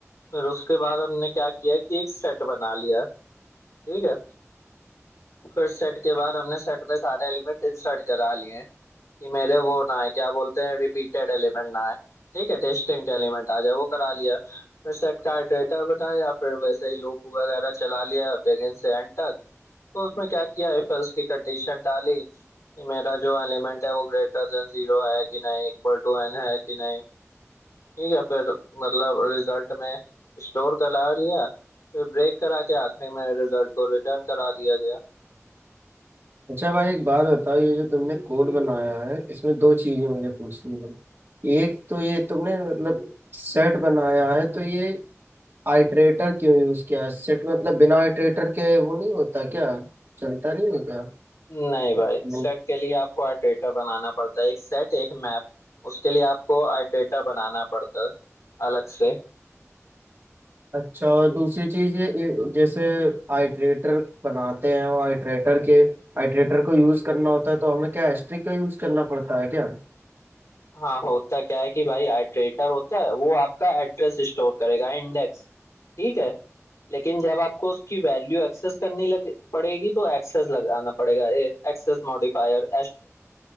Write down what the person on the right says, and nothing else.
अच्छा भाई एक बात बताओ ये जो तुमने कोड बनाया है इसमें दो चीजें मुझे पूछनी है एक तो ये तुमने मतलब सेट बनाया है तो ये आइटरेटर क्यों यूज किया है सेट मतलब बिना आइटरेटर के वो नहीं होता क्या चलता नहीं है क्या
लूप
अच्छा और दूसरी चीज ये ये जैसे आइटरेटर बनाते हैं और आइटरेटर के आइटरेटर को यूज करना होता है तो हमें क्या एस्ट्रिक का यूज करना पड़ता है क्या